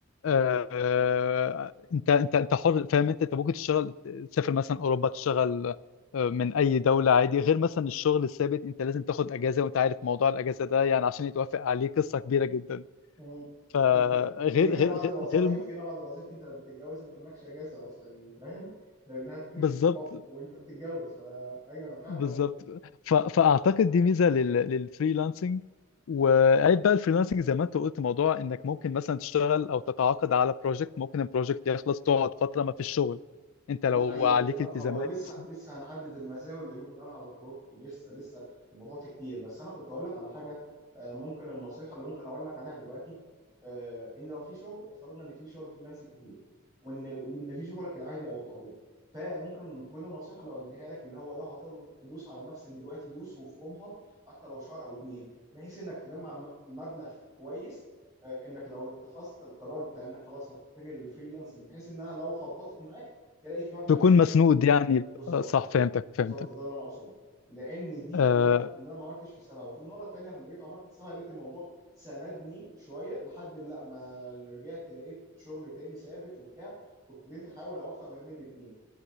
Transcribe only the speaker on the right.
مم.
انت في هنا
بعض
الوظائف
في هنا بعض الوظائف انت لما بتتجوز انت مالكش اجازه اصلا يعني فاهم لانها بتمشي
بالحب وانت بتتجوز فايوه انا فاهم
قصدك
لا أي...
أي... هو
لسه لسه هنعدد المزايا والعيوب بناء على تجربتي لسه لسه الموضوع فيه كتير بس انا كنت اقول لك على حاجه آه، ممكن النصيحه اللي ممكن اقول لك عليها دلوقتي آه، ان لو في شغل افترضنا ان في شغل فريلانسنج كتير وان وان في شغلك العادي او الطبيعي فممكن تكون النصيحه اللي اوجهها لك اللي هو لو هتقدر تدوس على نفسك دلوقتي دوس وفرومها حتى لو شهر او اتنين بحيث انك تجمع م- مبلغ كويس آه، انك لو اتخذت القرار بتاع انك خلاص هتتجه للفريلانسنج بحيث انها لو خبطت معاك تلاقي في مبلغ
يسندك
بالظبط
بالظبط ده اللي انا اقصده لان دي
اللي انا اللي انا ما عملتش حسابها وفي المره الثانيه لما جيت وعملت حسابها لقيت الموضوع ساندني شويه لحد ما لا ما رجعت لقيت شغل تاني ثابت وبتاع وابتديت احاول اوفق ما بين الاثنين